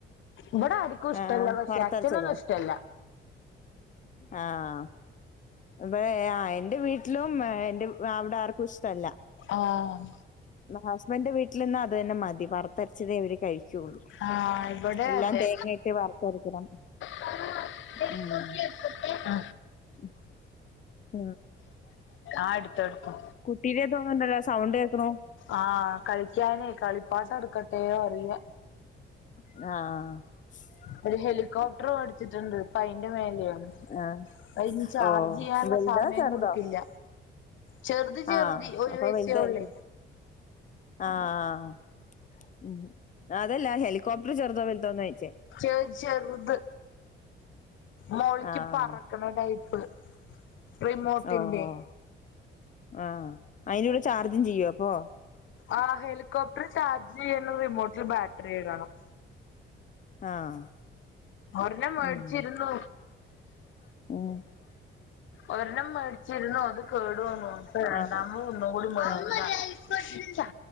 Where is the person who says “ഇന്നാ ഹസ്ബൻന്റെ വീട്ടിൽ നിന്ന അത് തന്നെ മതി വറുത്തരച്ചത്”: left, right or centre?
Left